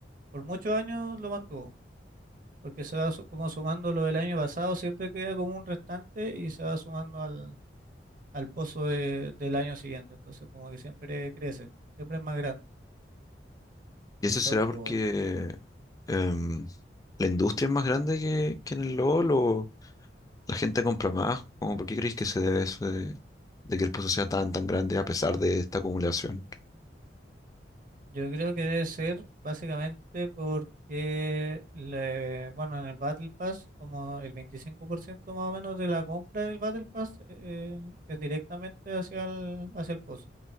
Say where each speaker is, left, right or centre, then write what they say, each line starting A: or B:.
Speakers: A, on the right (about 45°); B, on the left (about 20°).
A: por muchos años lo mantuvo, porque se va su- como sumando lo del año pasado, siempre queda como un restante y se va sumando al, al pozo de- del año siguiente. Entonces como que siempre crece, siempre es más grande. Y
B: Y eso
A: eso,
B: será porque
A: o
B: em, la industria es más grande que, que en el LoL o la gente compra más. ¿Cómo por qué creéis que se debe eso de, de que el pozo sea tan, tan grande a pesar de esta acumulación?
A: Yo creo que debe ser básicamente porque, le, bueno, en el Battle Pass, como el 25% más o menos de la compra del Battle Pass eh, es directamente hacia el, hacia el pozo.